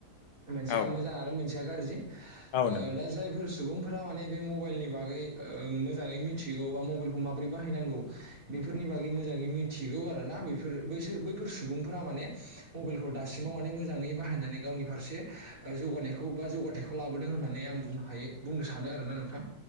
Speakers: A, on the right (about 40°); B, on the left (about 80°).
A: मोनसेया
B: औ
A: मोजां आरो मोनसेया गार जि ओ
B: औ नंगौ
A: दा जायफोर सुबुंफोरा माने बे मबाइलनि बागै ओ मोजाङै मिथिगौ बा मबाइलखौ माबोरै बाहायनांगौ बेफोरनि बागै मोजाङै मिथिगौ आरो ना बेफोर बैफोर सुबुंफोरा माने मबाइलखौ दासिमाव माने मोजाङै बाहायनानै गावनि फारसे जौगानायखौ बा जौगाथायखौ लाबोदों होननानै आं बुंनो हायो बुंनो सानो आरोना नोंथां